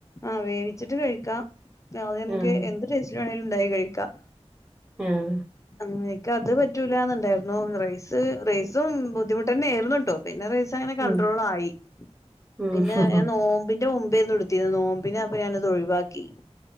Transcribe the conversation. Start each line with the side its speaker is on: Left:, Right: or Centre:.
Left: ആഹ് വേവിച്ചിട്ട് കഴിക്കാ നമുക്ക്
Right: ആഹ്
Left: എന്ത് ടേസ്റ്റ് വേണേലും ഉണ്ടാക്കി കഴിക്കാം
Right: ആഹ്
Left: ഉം ഇക്കത് പറ്റൂലന്നുണ്ടായിർന്നു റൈസ് റൈസും ബുദ്ധിമുട്ടെന്നേയ് രുന്നുട്ടോ പിന്നെ റൈസ് അങ്ങനെ കൺഡ്രോളായി
Right: ഉം ഉം
Left: പിന്നെ ഞാൻ നോമ്പിന്റെ മു മ്പേനു എട്ത്തീനെ നോമ്പിന് പ്പതൊഴിവാക്കി